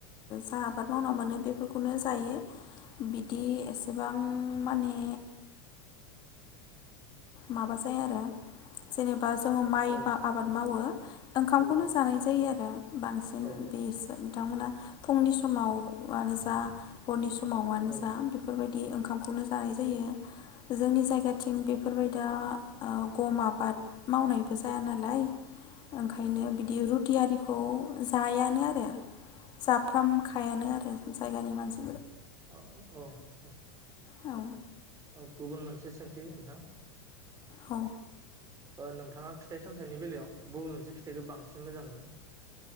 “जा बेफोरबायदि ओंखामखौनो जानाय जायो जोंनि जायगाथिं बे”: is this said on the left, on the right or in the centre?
Left